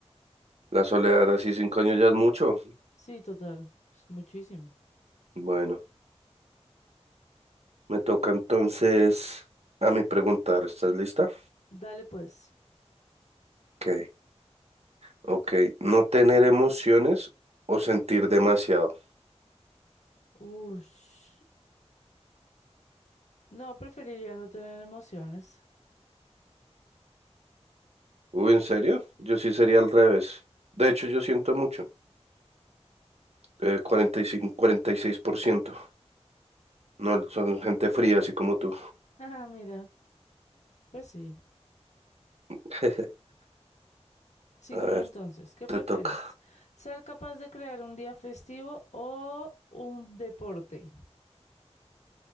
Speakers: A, on the right (about 65°); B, on the left (about 80°).
A: la soledad así cinco años ya es mucho.
B: Sí, total. Pues muchísimo.
A: Bueno, me toca entonces a mí preguntar. ¿Estás lista?
B: Dale pues.
A: Ok, ok. No tener emociones o sentir demasiado.
B: Ush. No, preferiría no tener emociones. <laughs>
A: Uy, ¿en serio? Yo sí sería al revés. De hecho, yo siento mucho. Eh, cuarenta y cinco, cuarenta y seis por ciento No, son gente fría, así como tú.
B: Ah, mira. Pues sí.
A: <laughs>
B: Sigo
A: A ver,
B: yo entonces. ¿Qué
A: te
B: prefieres?
A: toca.
B: ¿Ser capaz de crear un día festivo o un deporte?